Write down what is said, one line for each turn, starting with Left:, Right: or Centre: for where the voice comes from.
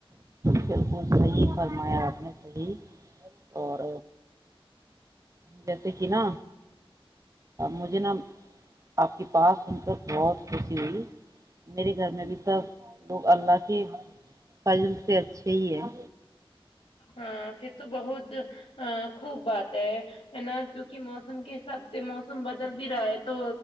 Right: بالکل صحیح فرمایا آپ نے صحیح اور جیسے کہ نا مجھے نا آپ کی بات سن کر بہت خوشی ہوئی میرے گھر میں بھی سب لوگ اللہ کے فضل سے اچھے ہی ہیں
Left: ہاں پھر تو بہت ا خوب بات ہے نا کیونکہ موسم کے حساب سے موسم بدل بھی رہا ہے تو